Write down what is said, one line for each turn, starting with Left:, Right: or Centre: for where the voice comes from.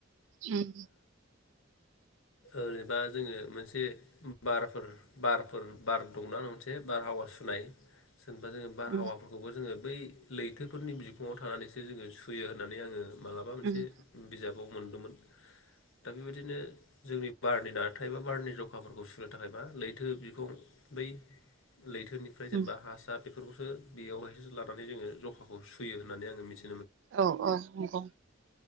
Right: उम
Left: ओरैबा जोङो मोनसे बारफोर बारफोर बार दंना नंसे। बारहावा सुनाय सोनबा जोङो बारहावाफोरखौबो
Right: उम
Left: जोङो बै लैथोफोरनि बिखुङाव थानानैसोजोङो सुयो होननानै आङो मालाबा मोनसे
Right: उम
Left: बिजाबाव मोनदोंमोन। दा बेबादिनो जोंनि बारनि नाथाय एबा बारनि जखाफोरखौ सुनो थाखायबा लैथो बिखुं बै लैथोनिफ्राय जेनबा
Right: उम
Left: हासा बेफोरखौसो बेयावहायसो लानानै जोङो जखाखौसुयो होननानै आङो मिथि
Right: औ औ नोंगौ।